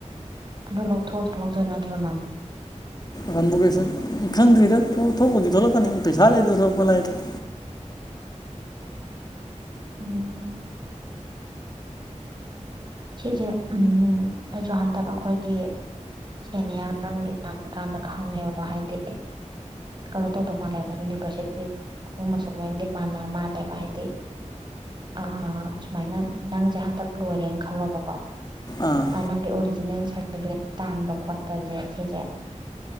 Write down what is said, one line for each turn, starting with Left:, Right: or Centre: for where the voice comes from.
Right: ꯑꯗꯨ ꯂꯧꯊꯣꯛꯑ ꯊꯣꯛꯂꯛꯇꯣꯏ ꯅꯠꯇ꯭ꯔꯣ ꯅꯪ
Left: ꯀꯟꯕꯣꯀꯦꯁꯟ ꯈꯪꯗ꯭ꯔꯤꯗ ꯊꯣꯛꯂꯄꯗꯤ ꯊꯣꯛꯂꯛꯀꯅꯤ ꯄꯩꯁꯥ ꯂꯩꯔꯗꯤ ꯊꯣꯛꯂꯛꯄ ꯂꯥꯏꯗ
Right: ꯎꯝ ꯁꯤꯁꯦ ꯎꯝ ꯎꯝ ꯑꯩꯁꯨ ꯍꯟꯗꯛ ꯑꯩꯈꯣꯏꯒꯤ ꯁꯦꯅꯤꯌꯔ ꯑꯃꯒꯤ ꯇꯝꯀꯥꯟꯗ ꯈꯪꯉꯦꯕꯀꯣ ꯍꯥꯏꯗꯤ ꯀꯩꯅꯣ ꯇꯧꯗ ꯃꯥꯥꯜꯂꯦ ꯌꯨꯅꯤꯚ꯭ꯔꯁꯤꯇꯤ ꯈꯨꯗꯤꯛꯃꯛꯁꯨ ꯂꯣꯏꯟꯗꯤ ꯃꯥꯟꯅ ꯃꯥꯜꯂꯦ ꯍꯥꯏꯗꯤ ꯑꯥ ꯁꯨꯃꯥꯏꯅ ꯅꯪꯁꯦ ꯍꯟꯗꯛ ꯂꯣꯏꯔꯦꯅ ꯈꯜꯂꯣꯕꯀꯣ
Left: ꯑꯥ
Right: ꯅꯪꯒꯤ ꯑꯣꯔꯤ ꯑꯣꯔꯤꯖꯤꯅꯦꯜ ꯁꯥꯔꯇꯤꯐꯤꯀꯦꯠ ꯇꯥꯟꯕ ꯈꯣꯠꯄꯁꯦ ꯁꯤꯁꯦ